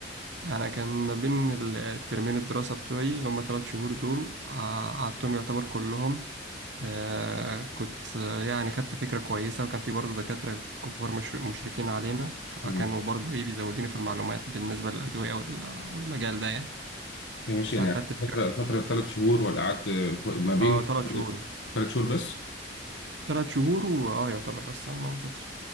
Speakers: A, on the right; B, on the left.
A: انا كان ما بين الترمين الدراسة بتوعي اللي هم تلات شهور دول ع- قعدتهم يعتبر كلهم آه كنت آه، يعني خدت فكرة كويسة وكان في برضه دكاترة كبار مشر- مشرفين علينا فكانوا
B: مم.
A: برضه ايه بيزودوني في المعلومات بالنسبة للأدوية وال- والمجال ده يعني
B: هي ماشي يعني
A: فاخدت فكرة
B: فترة فترة ثلاث شهور ولا قعدت ف- ما بين
A: اه تلات شهور
B: ثلاث شهور بس؟
A: تلات شهور واه يعتبر بس أنا ما نزلتش